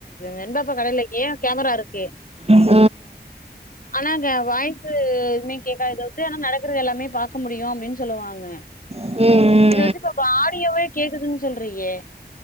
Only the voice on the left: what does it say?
வெண்பா அப்பா கடையிலயே கேமரா இருக் கு
ஆனா க வாய்ஸ் எதுமே கேக்காது தவித் து ஆனா நடக்கறது எல்லாமே பாக்க முடியு அப்டின்னு சொல்லுவாங்க
இது வந்து இப்ப வா ஆடியோவே கேக்குதுன்னு சொல்றீயே